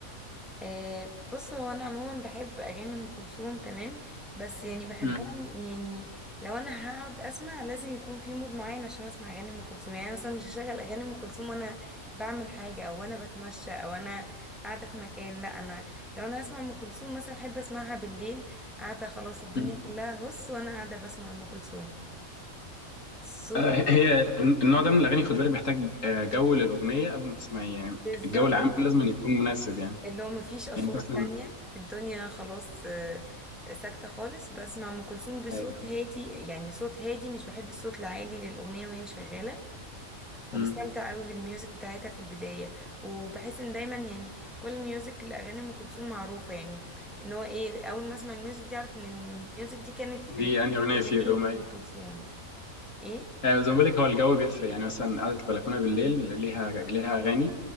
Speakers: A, in the centre; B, on the left.
A: آه بص هو انا عموما بحب اغاني ام كلثوم تمام بس يعني بحبها
B: مم.
A: م- يعني لو انا هقعد اسمع لازم يكون في مود معين عشان اسمع اغاني ام كلثوم يعني أنا مثلا مش هشغل اغاني ام كلثوم وانا بعمل حاجه او انا بتمشى او انا قاعده في مكان لا انا لو انا اسمع ام كلثوم مثلا احب اسمعها بالليل قاعده خلاص الدنيا
B: مم.
A: كلها هس وانا قاعده بسمع ام كلثوم صوت
B: آه، هي النوع ده من الأغاني خد بالك بيحتاج آه، جو للأغنية قبل ما تسمعيه يعني
A: بالظبط
B: الجو العام
A: كده.
B: لازم أن يكون مناسب يعني
A: اللي هو مفيش أصوات
B: يعني أنت مثلا
A: تانية الدنيا خلاص آه، ساكتة خالص بسمع أم كلثوم بصوت
B: أيوه
A: هادي يعني صوت هادي مش بحب الصوت العالي للأغنية وهي شغالة وبستمتع
B: مم.
A: قوي بالميوزك بتاعتها في البداية وبحس ان دايما يعني كل الميوزك لأغاني أم كلثوم معروفة يعني ان هو ايه أول ما اسمع الميوزك دي أعرف ان الميوزك دي كانت في
B: دي أنهي أغنية
A: أغنية
B: في يوم أيوه
A: أم كلثوم ايه
B: آه، زي ما بقول لك هو الجو بيفرق يعني مثلا قعدة البلكونة بالليل ليها ليها أغاني